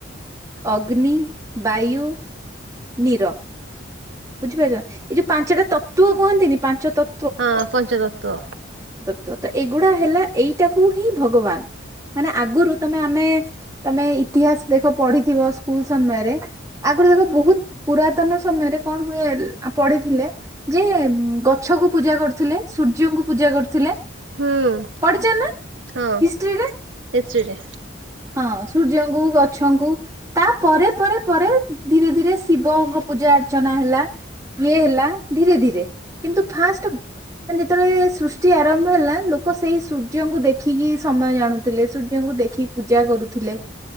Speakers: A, on the right; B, on the right.
A: ଅଗ୍ନି ବାୟୁ ନୀର। ବୁଝିପାରୁଛ ଏଇ ଯୋଉ ପାଞ୍ଚଟା ତତ୍ତ୍ୱ କହନ୍ତିନି ପାଞ୍ଚ ତତ୍ତ୍
B: ହଁ ପଞ୍ଚତତ୍ତ୍ୱ।
A: ତ ତ ଏଗୁଡା ହେଲା ଏଇଟାକୁ ହିଁ ଭଗବାନ। ମାନେ ଆଗରୁ ତମେ ଆମେ ତମେ ଇତିହାସ ଦେଖ ପଢିଥିବ ସ୍କୁଲ ସମୟରେ ଆ ଆଗରୁ ଦେଖ ବହୁତ ପୁରାତନ ସମୟରେ କଣ ହୁଏ ପଢିଥିଲେ, ଯେ ଗଛକୁ ପୂଜା କରୁଥିଲେ, ସୂର୍ଯ୍ୟଙ୍କୁ ପୂଜା କରୁଥିଲେ।
B: ହୁଁ
A: ପଢିଛ ନା
B: ହଁ
A: ହିଷ୍ଟ୍ରିରେ।
B: ହିଷ୍ଟ୍ରିରେ
A: ହଁ ସୂର୍ଯ୍ୟଙ୍କୁ, ଗଛଙ୍କୁ ତା ପରେ ପରେ ପରେ ଧୀରେ ଧୀରେ ଶିବଙ୍କ ପୂଜା ଅର୍ଚ ରଚନା ହେଲା ଇଏ ହେଲା, ଧୀରେ ଧୀରେ କିନ୍ତୁ ଫାଷ୍ଟ ମାନେ ଯେତେବେଳେ ସୃଷ୍ଟି ଆରମ୍ଭ ହେଲା, ଲୋକ ସେଇ ସୂର୍ଯ୍ୟଙ୍କୁ ଦେଖିକି ସମୟ ଜାଣୁଥିଲେ। ସୂର୍ଯ୍ୟଙ୍କୁ ଦେଖି ପୂଜା କରୁଥିଲେ